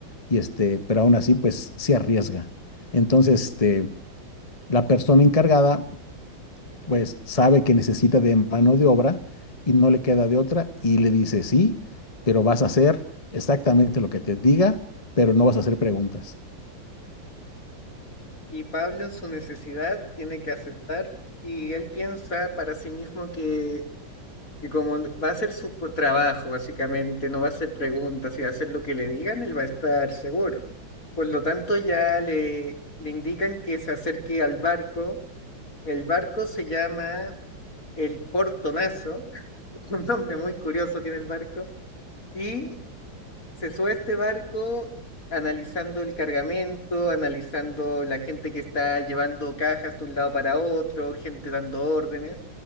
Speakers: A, on the left (about 25°); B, on the left (about 40°).
A: y este, pero aún así, pues se arriesga. Entonces, este, la persona encargada pues sabe que necesita de mano de obra y no le queda de otra y le dice sí, pero vas a hacer exactamente lo que te diga, pero no vas a hacer preguntas.
B: Y Pablo en su necesidad tiene que aceptar y él piensa para sí mismo que Y como n- va a ser su po- trabajo, básicamente, no va a hacer preguntas y va a hacer lo que le digan, él va a estar seguro. Por lo tanto, ya le, le indican que se acerque al barco. El barco se llama el Portonazo, <laughs> un nombre muy curioso tiene el barco. Y se sube a este barco analizando el cargamento, analizando la gente que está llevando cajas de un lado para otro, gente dando órdenes,